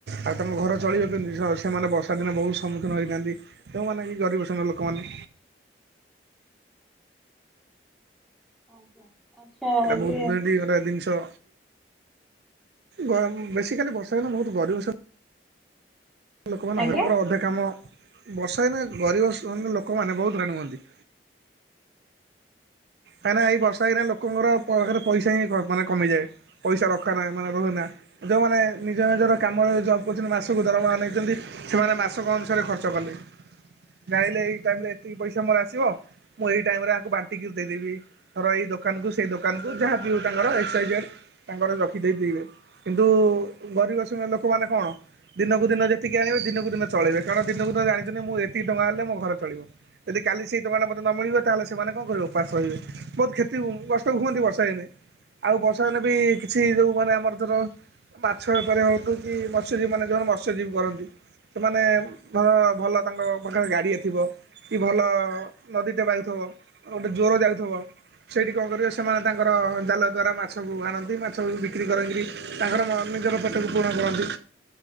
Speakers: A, on the right; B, in the centre.
A: ଆଉ ତାଙ୍କ ଘର ଚଳିବ କେମିତି ସେମାନେ ବସ ସା ଦିନରେ ବହୁତ ସମ୍ମୁଖୀନ ହୋଇଥାନ୍ତି ତଉମାନେ କି ଗରିବ ଶ୍ରେଣୀର ଲୋକମାନେ।
B: ଆଜ୍ଞା। ଆଚ୍ଛା
A: ଏଇଟା
B: ଏବେ
A: ବହୁତ <unintelligible> ଜିନିଷ। ଗ ବେଶୀ କାଲି ବର୍ଷା ଦିନ ବହୁତ ଗରିବ ଲୋକମାନେ
B: ଆଜ୍ଞା
A: ହରଙ୍କର <unintelligible> କାମ ବସା ଦିନେ ଗରିବ ସ ଲୋକମାନେ ବହୁତ ହଇଣ ହୁଅନ୍ତି। କାଇଁନା ଏଇ ବର୍ଷା ଦିନେ ଲୋକଙ୍କର ପାଖରେ ପ ପଇସା ହିଁ ମାନେ କମିଯାଏ। ପଇସା ରଖା ନାହିଁ ମାନେ ରହେନା ଯୋଉମାନେ ନିଜ ନିଜର କାମରେ ଜବ୍ କରୁଛନ୍ତି ମାସକୁ ଦରମା ମାନେ ଯେମତି ସେମାନେ ମାସକ ଅନୁସାରେ ଖର୍ଚ୍ଚ କଲେ। ଜାଣିଲେ ଏଇ ଟାଇମ ରେ ଏତିକି ପଇସା ମୋର ଆସିବ ମୁଁ ଏଇ ଟାଇମ ରେ ୟାଙ୍କୁ ବାଣ୍ଟିକି ଦେଇଦେବି। ର ଏଇ ଦୋକାନ କୁ ସେଇ ଦୋକାନ କୁ ଯାହାବି ହଉ ତାଙ୍କର ଏକ୍ସ୍ ୱାୟି ଜେଡ୍ ତାଙ୍କର ରଖିଦେବେ କିନ୍ତୁ ଗରିବ ଲୋକମାନେ କଣ ଦିନକୁ ଦିନ ଯେ ଏତିକି ଆଣିବ ଦିନକୁ ଦିନ ଚଳେଇବେ କାରଣ ଦିନକୁ ଦିନ ଜାଣିଛନ୍ତି ମୁଁ ଏତିକି ଟଙ୍କା ହେଲେ ମୋ ଘର ଚଳିବ। ଯଦି କାଲି ସେ ଟଙ୍କା ଟା ମୋତେ ନ ମିଳିବ ତାହେଲେ ସେମାନେ କଣ କରିବ ଉପାସ ରହିବେ। ବହୁତ କ୍ଷତି କଷ୍ଟ ହୁଅନ୍ତି ବର୍ଷା ଦିନେ ଆଉ ବର୍ଷା ଦିନେ ବି କିଛି ଯେଉଁମାନେ ଆମର ର ମାଛ ଏପାରି ହନ୍ତୁ କି ମତ୍ସ୍ୟଜୀବୀ ମାନେ ଯେଉଁମାନେ ମତ୍ସ୍ୟଜୀବୀ କରନ୍ତି। ସେମାନେ ଭଲ ଭଲ ତାଙ୍କ ପାଖରେ ଗାଡିଆ ଥିବ। କି ଭଲ ନଦୀଟେ ବାଉଥିବ ଆ ଗୋଟେ ଜ୍ୱର ଯାଉଥିବ। ସେଇଠି କଣ କରିବ ସେମାନେ ତାଙ୍କର ଜାଲ ଦ୍ଵାରା ମାଛକୁ ଆଣନ୍ତି ମାଛ ବିକ୍ରି କରା କିରି। ତାଙ୍କର ନିଜର ପେଟକୁ ପୂରଣ କରନ୍ତି